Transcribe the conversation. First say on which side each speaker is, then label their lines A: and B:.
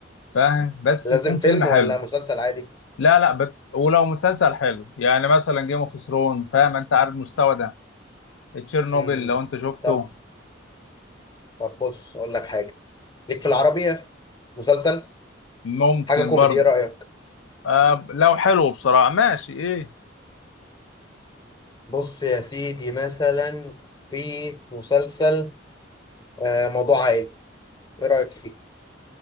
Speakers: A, on the left; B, on the left.
A: فاهم بس
B: لازم
A: يكون فيلم
B: فيلم
A: حلو
B: ولا مسلسل عادي
A: لا لا بت... ولو مسلسل حلو يعني مثلا جيم اوف ثرون فاهم انت عارف المستوى ده تشيرنوبل
B: مم.
A: لو انت شفته
B: طب طب بص اقول لك حاجه ليك في العربي مسلسل
A: ممكن
B: حاجه كوميدي
A: برضه
B: ايه رايك
A: آه لو حلو بصراحة ماشي ايه
B: بص يا سيدي مثلا في مسلسل آه، موضوع عائلي ايه رايك فيه